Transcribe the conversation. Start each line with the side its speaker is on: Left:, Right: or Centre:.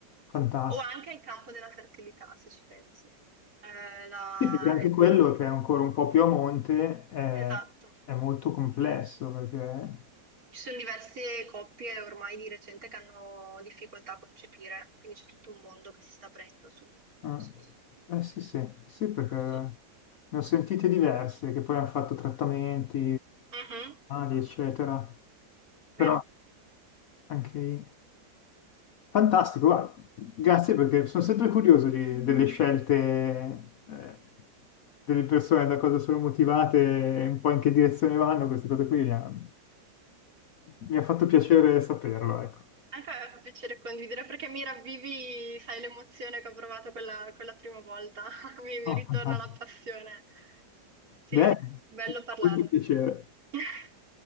Left: fantastico.
Right: O anche il campo della fertilità, se ci pensi. Eh, la-
Left: Sì, perché anche quello che è ancora un po' più a monte è,
Right: Esatto.
Left: è molto complesso perché...
Right: Ci sono diverse coppie ormai di recente che hanno difficoltà a concepire, quindi c'è tutto un mondo che si sta aprendo su su
Left: Eh,
Right: questo.
Left: eh, sì, sì, sì, perché
Right: Giusto?
Left: ne ho sentite diverse che poi hanno fatto trattamenti
Right: Mhm,
Left: ormonali, eccetera. Però
Right: Vero.
Left: anche... Fantastico, guarda, grazie perché sono sempre curioso di- delle scelte, eh, delle persone, da cosa sono motivate e un po' in che direzione vanno, queste cose qui mi ha, mi ha fatto piacere saperlo, ecco.
Right: Anche a me fa piacere condividere perché mi ravvivi, sai, l'emozione che ho provato quella, quella prima volta. <laughs> Mi, mi
Left: Oh,
Right: ritorna
Left: fantastico.
Right: la passione. Sì,
Left: Beh,
Right: bello parlarne.
Left: molto piacere.
Right: <laughs>